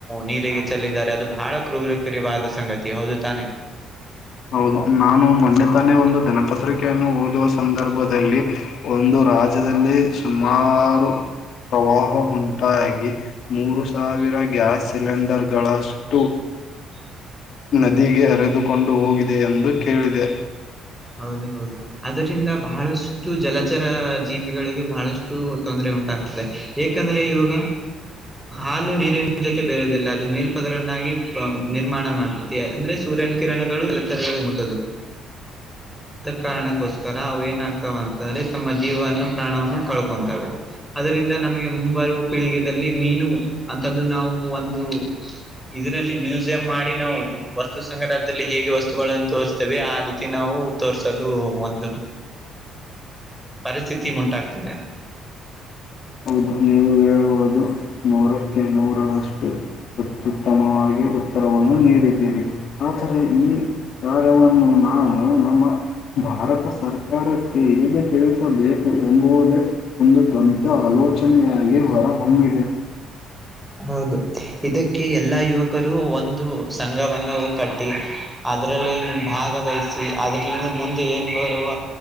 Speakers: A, in the centre; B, on the left.
A: ನೀರಿಗೆ ಚೆಲ್ಲಿದ್ದಾರೆ ಅದು ಬಹಳ ಕ್ರೂರಕರಿವಾದ ಸಂಗತಿ ಹೌದು ತಾನೇ.
B: ಹೌದು ನಾನು ಮೊನ್ನೆ ತಾನೇ ಒಂದು ದಿನಪತ್ರಿಕೆಯನ್ನು ಓದುವ ಸಂದರ್ಭದಲ್ಲಿ. ಒಂದು ರಾಜ್ಯದಲ್ಲಿ ಸುಮಾರು ಪ್ರವಾಹ ಉಂಟಾಗಿ. ಮೂರು ಸಾವಿರ ಗ್ಯಾಸ್ ಸಿಲಿಂಡರ್ಗಳಷ್ಟು.
A: <inaudible>
B: ನದಿಗೆ ಅರೆದುಕೊಂಡು ಹೋಗಿದೆ ಎಂದು ಕೇಳಿದೆ.
A: ಹೌದು ಹೌದು ಅದರಿಂದ ಬಹಳಷ್ಟು ಜಲಚರ ಜೀವಿಗಳಿಗೆ ಬಹಳಷ್ಟು. ತೊಂದರೆ ಉಂಟಾಗ್ತದೆ ಯಾಕಂದ್ರೆ ಇವಾಗ ಹಾಲು ನೀರಿ. ಜೊತೆ ಬೇರೆಯದಿಲ್ಲ ಅದು ಮೇಲ್ಪದರನ್ನಾಗಿ ನಿರ್ಮಾಣ ಮಾಡ್ತೈತಿ ಅಂದ್ರೆ ಸೂರ್ಯನ ಕಿರಣಗಳು ಆದರ ಮುಟ್ಟ. <unintelligible> ಕಾರಣಕ್ಕೋಸ್ಕರ ಅವ ಏನಾಗಗ್ತಾವ. ಅಂತಂದೆ ತಮ್ಮ ಜೀವವನ್ನು ಪ್ರಾಣವನ್ನು ಕಳ್ಕೊಂತದ್ದೆ. ಅದರಿಂದ ನಮಗೆ ಮುಂಬರುವ ಪೀಳಿಗೆಯದಲ್ಲಿ ಮೀನು ಅಂತಂದು ನಾವು ಒಂದು ಇದರಲ್ಲಿ ಮ್ಯೂಸಿಯಂ ಮಾಡಿ ನಾವು ವಸ್ತು ಸಂಗ್ರಹದಲ್ಲಿ ಹೇಗೆ ವಸ್ತುಗಳನ್ನು ತೋರಿಸಸ್ತೇವೆ ಆ ರೀತಿ. ನಾವು ತೋರ್ರಿಸಲು ಒಂದು ಪರಿಸ್ಥಿತಿ ಉಂಟಾಗ್ತದೆ.
B: ಹೌದು ನೀವು ಹೇಳುವುದು ನೂರಕ್ಕೆ ನೂರರಷ್ಟು. ಅತ್ಯುತ್ತಮವಾಗಿ ಉತ್ತರವನ್ನು ನೀಡಿದ್ದೀರಿ ಆದರೆ ಈ. ಕಾರ್ಯವನ್ನು ನಾವು ನಮ್ಮ ಭಾರತ ಸರ್ಕಾರಕ್ಕೆ ಹೇಗೆ ತಿಳಿಸಬೇಕು ಎಂಬುದೇ ಒಂದು ತೊಂದರೆ. ಆಲೋಚನೆಯಾಗಿ ಹೊರ ಹೊಮ್ಮಿದೆ. <unintelligible>
A: ಹೌದು ಇದಕ್ಕೆ ಯ <inaudible> ಎಲ್ಲಾ ಯುವಕರು ಒಂದು ಸಂಘವನ್ನು ಕಟ್ಟಿ ಅದರಲ್ಲಿ ಭಾಗವಹಿಸಿ. <inaudible> ಅದ್ರಲಿಂದ ಮುಂದೆ ಏನ್ ಬರುವ